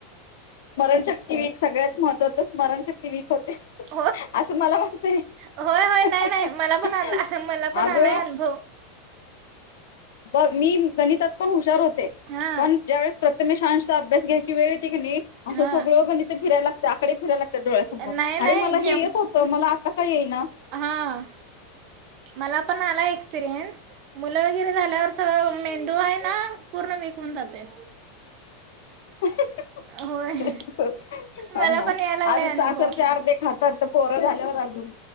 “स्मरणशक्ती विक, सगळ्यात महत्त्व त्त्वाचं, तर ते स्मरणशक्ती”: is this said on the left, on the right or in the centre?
Left